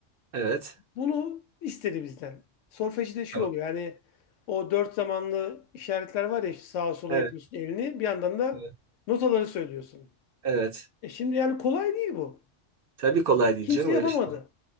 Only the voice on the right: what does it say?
Evet.
Tamam.
Evet.
Evet.
Evet.
Tabii kolay değil
canım
öyle şey. olur.